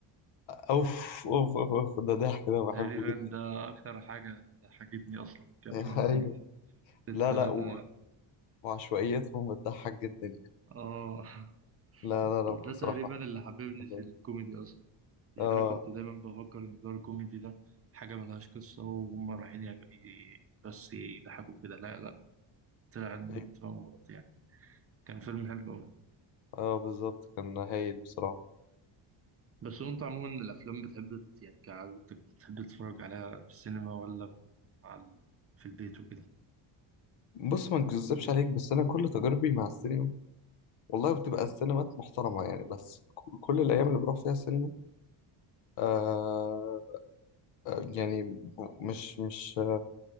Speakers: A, on the left; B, on the right.
A: أوف أوف أوف أوف ده ضحك ده بحبه
B: تقريبا
A: جدا
B: ده اكتر حاجه ضحكتني اصلا كافلام
A: <laughs>
B: كوميدي
A: أيوه
B: التلاتة
A: لا لا و... وعشوائيتهم بتضحك جدا يعني
B: اه
A: لا
B: <laughs>
A: لا
B: ده
A: لا بصراحة
B: تقريبا اللي حببني
A: بحبه
B: في الكوميدي اصلا يعني
A: آه
B: انا كنت دايما بفكر ان دور الكوميدي ده حاجه ملهاش قصه وهم رايحين يعمل- ي- بس يضحكوا كده لا لا طلع ان أنا
A: أيوه
B: كنت فاهم غلط يعني كان فيلم حلو قوي
A: آه بالظبط كان هايل بصراحة
B: بس هو انت عموما الافلام بتحب ت- يعني كعادتك بتحب تتفرج عليها في السينما ولا على في البيت وكده
A: بص ما نكذبش عليك بس أنا كل تجاربي مع السينما والله بتبقى السينمات محترمة يعني بس ك- كل الأيام اللي بروح فيها السينما آه آه، يعني مش مش